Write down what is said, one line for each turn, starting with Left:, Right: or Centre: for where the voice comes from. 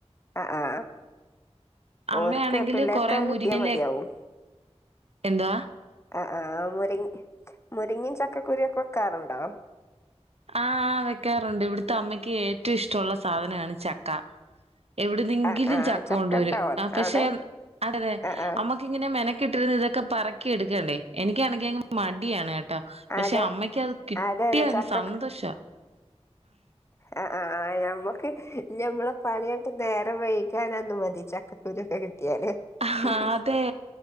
Left: ആ ആ
Right: അമ്മയാണെങ്കില്
Left: ഓർക്ക് പിള്ളേർക്ക്
Right: കൊറേ
Left: അത്
Right: മുരിങ്ങയെല
Left: കിട്ടിയാ മതിയാവും
Right: എന്താ?
Left: ആ ആ മുരിങ് മുരിങ്ങേമ് ചക്കക്കുരുവൊക്കെ വെക്കാറുണ്ടോ?
Right: ആഹ് വെക്കാറുണ്ട് ഇവിടുത്തെ അമ്മയ്ക്ക് ഏറ്റവും ഇഷ്ടമുള്ള സാധനമാണ് ചക്ക എവിടുന്നെങ്കിലും
Left: ആഹ് ആഹ്
Right: ചക്ക കൊണ്ടുവരും
Left: ഉണ്ടാവോ
Right: പക്ഷെ
Left: അവിടെ
Right: അതെ
Left: ആഹ് ആഹ്
Right: നമ്മക്കിങ്ങനെ മെന മെനക്കെട്ടിരുന്നതക്കെ പറക്കി എടുക്കണ്ടേ എനിക്കാണെങ്ക മടിയാണ് കേട്ടാ പക്ഷെ
Left: അതെ
Right: അമ്മയ്ക്ക് അത് കിട്ടിയങ്ങ്
Left: അതെ അതെ ചക്ക
Right: സന്തോഷവാ
Left: ആഹ് ആ നമ്മക്ക് നമ്മളെ പണിയായിട്ട് നേരം വൈിക്കാന് മതി ചക്കക്കുരുക്കെ കിട്ട
Right: ആഹ്
Left: <unintelligible>
Right: അതെ